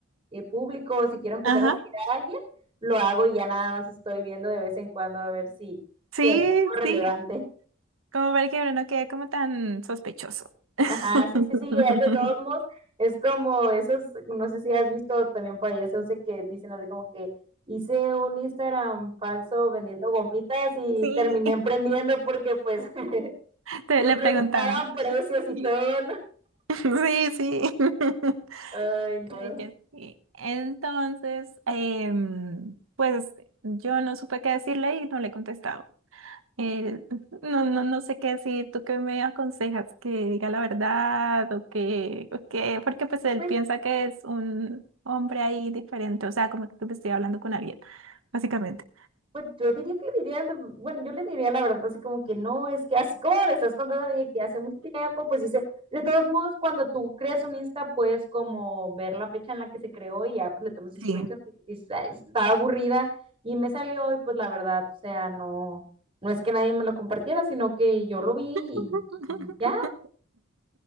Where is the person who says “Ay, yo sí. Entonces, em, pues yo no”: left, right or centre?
Right